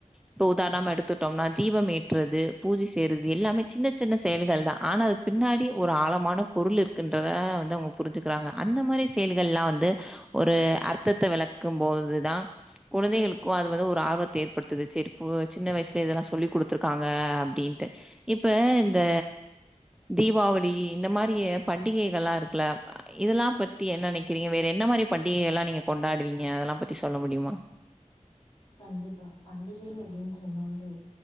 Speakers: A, in the centre; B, on the left.
A: இப்போ உதாரணமா எடு த்துடோம்னா தீபம் ஏற்றுறது பூஜை செய்யறது எல்லாமே சின்ன சின்ன செயல்கள் தா ஆனா அதுக்கு பின்னாடி ஒரு ஆழமான பொருள் இருக்கின்றதா வந்து அவங்க புரிஞ்சுக்கிறாங்க அந்த மாரி செயல்கள் எல்லா வந்து ஒரு அர்த்தத்த விளக்கும் போதுதா குழந்தைகளுக்கு அது வந்து ஒரு ஆர்வத்த ஏற்படுத்துது செர் போ சின்ன வயசு இப்ப இதெல்லா சொல்லி் குடுத்துருக்காங்க அப்டின்ட்டு இப்ப இந்த தீபாவளி இந்த மாரிய பண்டிகைகள்லா இருக்குல இதெல்லா பத்தி என்ன நினைக்கிறிங்க வேற என்ன மாரி பண்டிகை எல்லா நீங்க கொண்டாடுவீங்க அதெல்லா பத்தி சொல்ல முடியுமா
B: கண்டிப்பா பண்டிகை அப்டின்னு சொன்னாலே